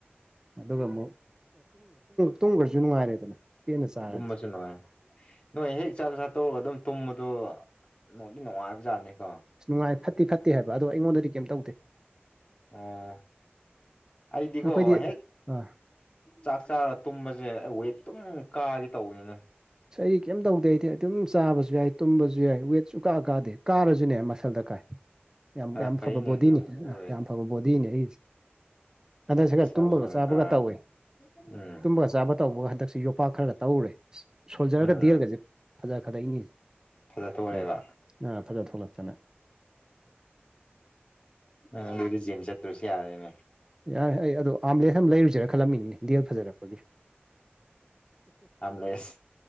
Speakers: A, on the right; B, on the left.
A: ꯑꯗꯨꯒ ꯑꯃꯨ ꯇꯨꯡꯈ꯭ꯔꯁꯨ ꯅꯨꯡꯉꯥꯏꯔꯦꯗꯅ ꯄꯦꯟꯅ ꯆꯥꯔꯗꯤ
B: ꯇꯨꯃ ꯆꯅꯣꯦ ꯅꯣꯏ ꯍꯦꯛ ꯏꯆꯥꯥꯛ ꯆꯥꯛ ꯇꯧꯔꯒ ꯑꯗꯨꯝ ꯇꯨꯝꯕꯗꯣ ꯅꯅꯨꯡꯗꯤ ꯅꯨꯡꯉꯥꯏꯕꯖꯥꯠꯅꯤꯀꯣ
A: ꯑ ꯅꯨꯡꯉꯥꯏ ꯐꯠꯇꯦ ꯐꯠꯇꯦ ꯍꯥꯏꯕ ꯑꯗꯣ ꯑꯩꯉꯣꯟꯗꯗꯤ ꯀꯩꯝ ꯇꯧꯗꯦ
B: ꯑꯣ ꯑꯩꯗꯤꯀꯣ
A: ꯑꯩꯈꯣꯏꯗꯤ
B: ꯍꯦꯛ
A: ꯑꯥ
B: ꯆꯥꯛ ꯆꯥꯔ ꯇꯨꯝꯕꯁꯦ ꯋꯦꯠ ꯑꯗꯨꯝ ꯀꯥꯒꯦ ꯇꯧꯕꯅꯤꯅ
A: ꯁ ꯑꯩ ꯀꯩꯝ ꯇꯧꯗꯦ ꯑꯩꯗꯤ ꯑꯗꯨꯝ ꯆꯥꯕꯁꯨ ꯌꯥꯏ ꯇꯨꯝꯕꯁꯨ ꯌꯥꯏ ꯋꯦꯠꯁꯨ ꯀꯥꯑ ꯀꯥꯗꯦ ꯀꯥꯔꯁꯨꯅꯦ ꯃꯁꯜꯗ ꯀꯥꯏ ꯌꯥꯝ
B: ꯑ
A: ꯌꯥꯝ
B: ꯐꯩꯅꯦ
A: ꯐꯕ ꯕꯣꯗꯤꯅꯤ
B: ꯑꯗꯨ ꯑꯗꯨ
A: ꯑ
B: ꯑꯣꯏꯔꯗꯤ
A: ꯌꯥꯝ ꯐꯕ ꯕꯣꯗꯤꯅꯤ ꯑꯩꯁꯦ ꯍꯟꯗꯛꯁꯤ ꯈꯔ
B: ꯃꯁꯜꯗꯨ
A: ꯇꯨꯝꯕꯒ
B: ꯑꯣꯏꯅ
A: ꯆꯥꯕꯒ
B: ꯀꯥꯔꯗꯤ
A: ꯇꯧꯏꯤ
B: ꯎꯝ
A: ꯇꯨꯝꯕꯒ ꯆꯥꯕ ꯇꯧꯕꯒ ꯍꯟꯗꯛꯁꯤ ꯌꯣꯛ ꯂꯨꯄꯥ ꯈꯔꯒ ꯇꯧꯔꯦ ꯑꯁ ꯁꯣꯜꯖꯔꯒ
B: ꯎꯝ
A: ꯗꯦꯜꯒꯁꯦ ꯐꯖ ꯈ꯭ꯔꯗ ꯏꯅꯤ
B: ꯐꯖꯊꯣꯛꯑꯦꯕ
A: ꯍꯂꯣ ꯊꯒ ꯐꯂꯥꯛꯛꯇꯅꯦ
B: ꯑꯗꯨꯏꯗꯤ ꯖꯤꯝ ꯆꯠꯇ꯭ꯔꯨꯁꯨ ꯌꯥꯔꯦꯅꯦ
A: ꯌꯥꯔꯦ ꯑꯩ ꯑꯗꯣ ꯑꯥꯝꯂꯦꯠ ꯑꯃ ꯂꯩꯔꯨꯁꯤꯦꯔꯥ ꯈꯜꯂꯝꯃꯤꯅꯤ ꯗꯦꯜ ꯐꯖꯔꯛꯄꯒꯤ
B: ꯌꯥꯝ ꯂꯩꯁ